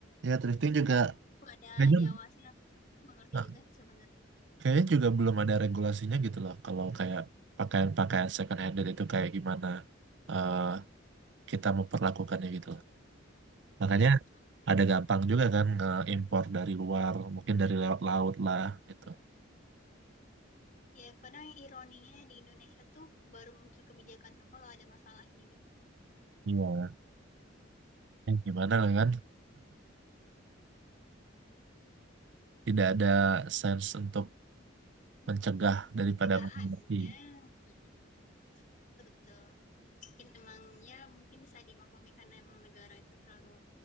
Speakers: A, on the right; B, on the left.
A: Ya, thrifting juga
B: Nah, itu ada
A: kayaknya,
B: diawasin apa? aku nggak ngerti
A: nah,
B: juga sih sebenarnya.
A: kayaknya juga belum ada regulasinya gitu loh. Kalau kayak pakaian-pakaian second handed itu kayak gimana. eh, kita memperlakukannya gitu loh. Makanya
B: Iya betul.
A: ada gampang juga kan nge-impor dari luar, mungkin dari lewat laut lah gitu.
B: Ya kadang ironinya di Indonesia tuh baru muncul kebijakan tuh kalau ada masalahnya gitu.
A: Iya. Eh, Gimana lah kan? Tidak ada sense untuk mencegah daripada
B: Cegahan
A: mengobati.
B: ya betul. Betul. mungkin emang ya mungkin bisa dimaklumi karena emang negara itu terlalu